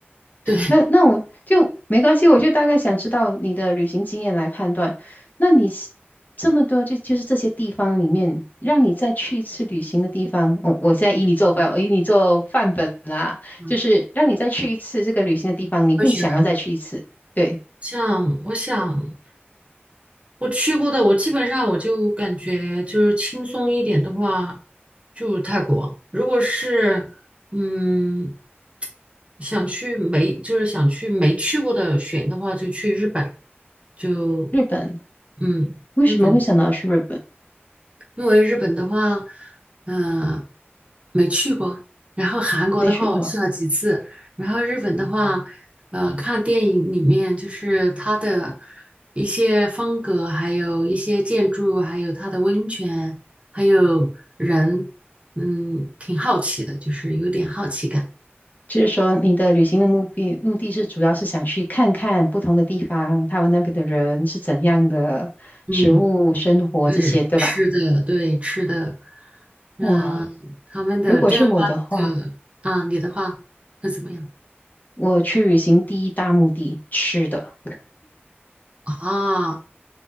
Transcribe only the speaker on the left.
那那我就没关系，我就大概想知道你的旅行经验来判断。那你是这么多就就是这些地方里面，让你再去一次旅行的地方，我、我现在以你做范，以你做范本啦，
就是让你再去一次这个旅行的地方，你会想要再去一次。
对，
日本，
为什么会想到去日本？
没去过，
就是说你的旅行的目的目的是主要是想去看看不同的地方，他们那边的人是怎样的，
食物、生活这些，
对吧？
哇，
如果是我的话，
我去旅行第一大目的吃的，